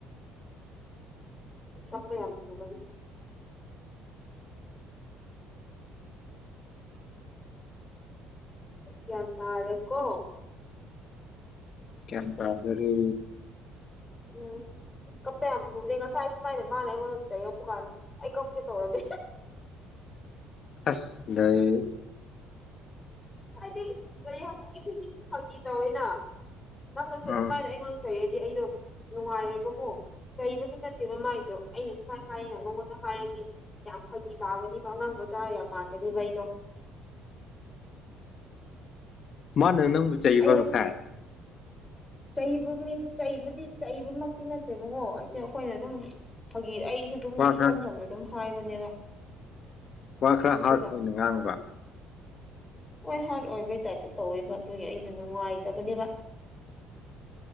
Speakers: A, on the left; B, on the left.
A: ꯀꯞꯄꯥ ꯌꯥꯝ ꯊꯨꯕꯒꯤ ꯒ꯭ꯌꯥꯟ ꯇꯥꯔꯦꯀꯣ
B: ꯒ꯭ꯌꯥꯟꯇꯥꯖꯔꯦ
A: ꯑꯝ ꯀꯞꯄ ꯌꯥꯝ ꯊꯨꯕꯅꯦ ꯉꯁꯥꯏ ꯁꯨꯃꯥꯏꯅ ꯃꯥꯅ ꯑꯩꯉꯣꯟꯗ ꯆꯩꯔꯛꯄ ꯀꯥꯟꯗ ꯑꯩ ꯀꯞꯀꯦ ꯇꯧꯔꯝꯃꯤ
B: ꯑꯟꯑꯣꯗꯤꯕꯜ ꯑꯁ ꯂꯩꯏ
A: ꯍꯥꯏꯗꯤ ꯀꯔꯤꯉ ꯑꯩꯈꯩꯗꯤ ꯑꯗꯨꯝ ꯐꯇ ꯇꯧꯋꯤꯅ ꯅꯪꯅꯁꯨ
B: ꯎꯝ
A: ꯑꯗꯨꯃꯥꯏꯅ ꯑꯩꯉꯣꯟꯗ ꯐꯩꯌꯦꯗꯤ ꯑꯩꯗꯣ ꯅꯨꯡꯉꯥꯏꯔꯦꯕꯀꯣ ꯆꯩꯕꯗꯤ ꯅꯠꯇꯦꯕ ꯃꯥꯏꯗꯣ ꯑꯩꯅ ꯁꯨꯃꯥꯏꯅ ꯍꯥꯏꯌꯦꯅ ꯃꯉꯣꯟꯗ ꯍꯥꯏꯔꯗꯤ ꯌꯥꯝ ꯐꯈꯤ ꯇꯥꯕꯅꯦꯕ ꯑꯉꯥꯡ ꯃꯖꯥ ꯌꯥꯝ ꯃꯥꯥꯟꯂꯦꯅꯦ ꯑꯩꯗꯣ
B: ꯃꯥꯅ ꯅꯪ ꯕꯨ ꯆꯩꯕ
A: ꯑꯩꯗꯣ
B: ꯉꯁꯥꯏ
A: ꯆꯩꯕ ꯃꯤ ꯆꯩꯕꯨꯗꯤ ꯆꯩꯕꯃꯛꯇꯤ ꯅꯠꯇꯦꯕꯀꯣ ꯍꯥꯏꯗꯤ ꯑꯩꯈꯣꯏꯅ ꯑꯗꯨꯝ ꯍꯧꯖꯤꯛ ꯑꯩꯁꯨ ꯑꯗꯨꯝ
B: ꯋꯥ
A: ꯏꯆꯝ
B: ꯈꯔ
A: ꯆꯝꯅ ꯑꯗꯨꯝ ꯍꯥꯏꯕꯅꯦꯕ
B: ꯋꯥ ꯈꯔ
A: ꯑꯗꯨꯒ
B: ꯍꯥꯔꯠ ꯑꯣꯏꯅ ꯉꯥꯡꯕ
A: ꯍꯣꯏ ꯍꯥꯔꯠ ꯑꯣꯏꯕꯩ ꯇꯥꯏꯞꯇꯣ ꯇꯧꯋꯦꯕ ꯑꯗꯨꯒꯤ ꯑꯩꯗꯣ ꯅꯨꯡꯉꯥꯏꯇꯕꯅꯦꯕ